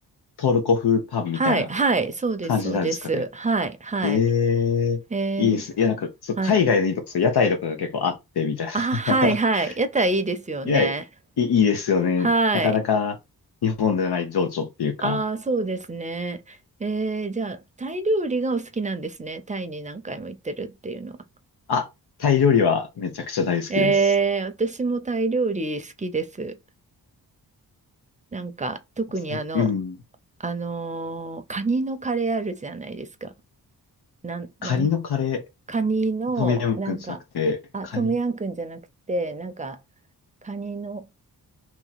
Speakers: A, on the left; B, on the right.
A: トルコ風パンみたいな
B: はいはいそうですそうですはいはい
A: 感じなんですかね。ええ。
B: えー、
A: いいです。いや、なんか、そう、
B: はい
A: 海外のいいとこ、そう、屋台とかが結構あってみたいな。
B: あはいはい屋台いいですよね
A: <laughs> いや、いい、いいですよね。
B: はい
A: なかなか日本ではない情緒っていうか。
B: ああ、そうですね。えー、じゃあ、タイ料理がお好きなんですね。タイに何回も行ってるっていうのは。
A: あ、タイ料理はめちゃくちゃ大好きです。
B: えー、私もタイ料理好きです。なんか、特にあの、
A: はいうん。
B: あのーカニのカレーあるじゃないですか。なん、
A: カニのカレ
B: なん、カニの、
A: ー、トムヤムクンじゃなくて、
B: なんか、あ、
A: カニ、
B: トムヤンクンじゃなくて、なんか、カニの